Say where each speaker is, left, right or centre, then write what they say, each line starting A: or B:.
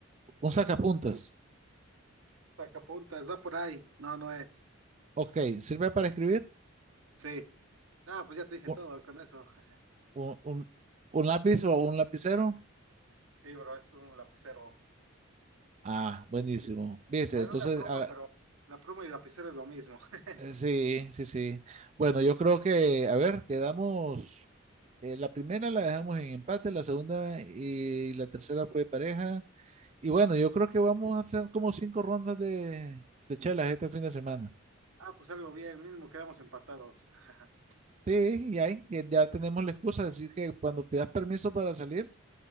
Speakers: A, on the right; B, on the right.
A: un sacapuntas.
B: Sacapuntas, va por ahí. No, no es.
A: Ok, ¿sirve para escribir?
B: Sí. Ah, pues ya te dije
A: ¿Un,
B: todo con eso. <laughs>
A: un, un un lápiz o un lapicero?
B: Sí, bro, es un lapicero.
A: Ah, buenísimo. Viste,
B: Bueno,
A: entonces,
B: una pluma,
A: ah,
B: pero la pluma y el lapicero es lo mismo. <laughs>
A: eh, sí, sí, sí. Bueno, yo creo que, a ver, quedamos, eh, la primera la dejamos en empate, la segunda y la tercera fue pareja. Y bueno, yo creo que vamos a hacer como cinco rondas de, de chelas este fin de semana.
B: Ah, pues algo bien, mínimo quedamos empatados. <laughs>
A: Sí, y ahí ya, ya tenemos la excusa, así que cuando pidas permiso para salir,